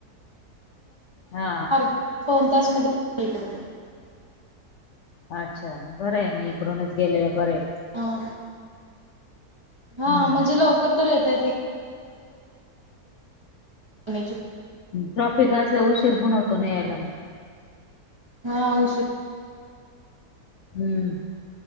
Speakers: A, on the left (about 65°); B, on the right (about 25°).
A: हा
B: <unintelligible> पाउन तासमध्ये <unintelligible> इकडून.
A: अच्छा बरं आहे मग इकडूनच गेलेलं बरंये.
B: हां. हा
A: हम्म
B: म्हणजे लवकर तर येता येतय <unintelligible>
A: ट्रॉफिक असल्या व उशीर पण नाही होतो ना यायला मग.
B: हा उशीर
A: हम्म.